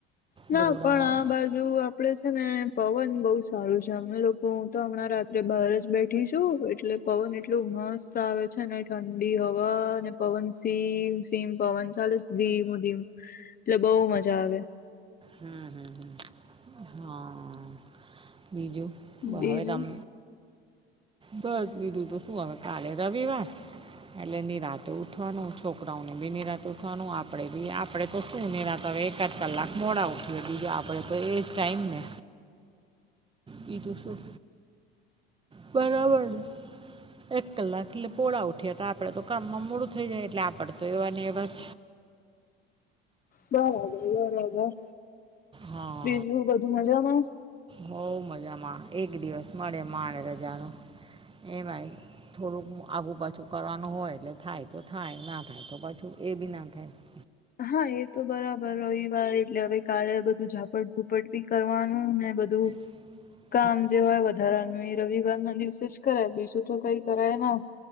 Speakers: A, on the left; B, on the right.
A: ના
B: બરોડામાં
A: પણ આ બાજુ આપ પણે છે ને પવન બઉ સારું છે. અમે લોકો હું તો હમણાં રાત્રે બહાર જ બેઠી છું. એટલે પવન એટલુ મસ્ત આવે છે ને, ઠંડી હવા, ને પવન સીમ સીમ પવન ચાલે છ ધીમું-ધીમું, એટલે બઉ મજા આવે.
B: હમ્મ-હમ્મ-હમ્મ. હા, હા હા. બીજું? તો
A: બીજું
B: હવે તમ બસ બીજું તો શું હવે કાલે રવિવાર. એટલે નિરાતે ઉઠવાનું. છોકરાઓને બી નિરાતે ઉઠવાનું, આપડે બી આપ પણે તો શું નીરાત હવે એકાદ કલાક મોડા ઉઠીએ, બીજું આપડે તો એજ ટાઈમ ને. બીજુ શું. બરાબર છે. એક કલાક એટલે પોળા ઉઠીએ તો આપડે તો કામમાં મોડું થઈ જાય એટલે આપડે તો એવાને એવા જ.
A: બરાબર-બરાબર.
B: હા.
A: બીજું બધું મજામાં?
B: હોઉ મજામાં. એક દિવસ મળે માંડ રજા, એમાંય થોડુંક આઘું પાછું કરવાનું હોય એટલે થાય તો થાય, ના થાય તો પાછું એ બી ના થાય. <inaudible>
A: હા એ તો બરાબર. રવિવાર એટલે હવે કાલે બધું ઝાપટ ભુપટ બી કરવાનું ને બધું
B: <inaudible>
A: કામ જે હોય વધારાનું એ રવિવાર ના દિવસે જ કરાય બીજું તો કંઈ કરાય ના.